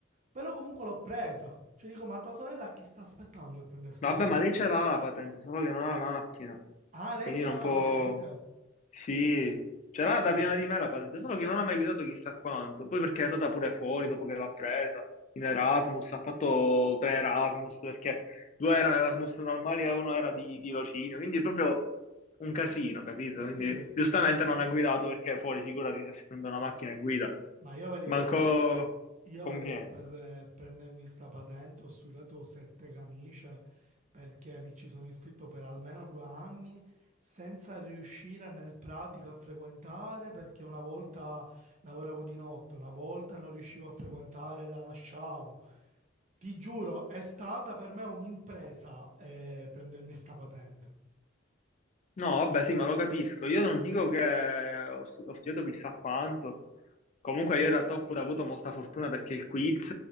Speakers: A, on the right; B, on the left.
A: Però comunque l'ho presa. Cioè dico, ma tua sorella a chi sta aspettando per prendere sta
B: Vabbè,
A: patente?
B: ma lei ce l'ha la patente, solo che non ha la macchina.
A: Ah, lei
B: Quindi
A: c'ha
B: non
A: la
B: può.
A: patente?
B: Sì, ce
A: Ok.
B: l'ha da prima di me la patente, solo che non ha mai guidato chissà quanto. Poi perché è andata pure fuori dopo che l'ha presa in Erasmus, ha fatto tre Erasmus perché due erano Erasmus normali e uno era di tirocinio, quindi è proprio un casino, capito? Quindi
A: Sì.
B: giustamente non
A: Mm.
B: ha guidato perché fuori, figurati, si è una macchina e guida,
A: Ma io vedi,
B: manco
A: Io
B: conviene.
A: vedi, eh, per eh, prendermi sta patente ho sudato sette camicie perché mi ci sono iscritto per almeno due anni senza riuscire nel pratico a frequentare perché una volta lavoravo di notte, una volta non riuscivo a frequentare e la lasciavo. Ti giuro, è stata per me un'impresa eh, prendermi sta patente.
B: No, vabbè, sì, ma lo capisco. Io non dico che ho, ho studiato chissà quanto. Comunque, io in realtà ho pure avuto molta fortuna perché il quiz.